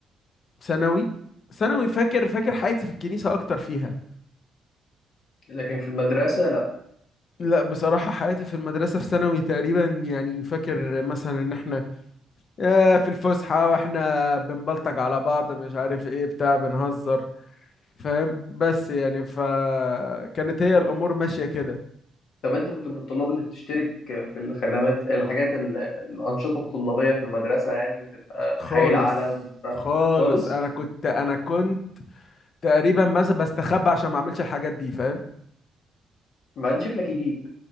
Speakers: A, on the left (about 50°); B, on the left (about 70°).
A: ثانوي ثانوي فاكر فاكر حياتي في الكنيسة أكتر فيها
B: لكن في المدرسة
A: لا بصراحة حياتي في المدرسة في ثانوي تقريبا يعني فاكر مثلا ان احنا آه، في الفسحة واحنا بنبلطج على بعض مش عارف ايه بتاع بنهزر فاهم بس يعني فكانت هي الامور ماشية كده
B: طب انت كنت من الطلاب اللي بتشترك في الخدمات الحاجات ال- الأنشطة الطلابية في المدرسة يعني وتبقى
A: خالص
B: تحيي العالم
A: خالص
B: خالص
A: انا كنت انا كنت تقريبا مثلا بستخبى عشان ما اعملش الحاجات دي فاهم
B: مع ان شكلك يجيب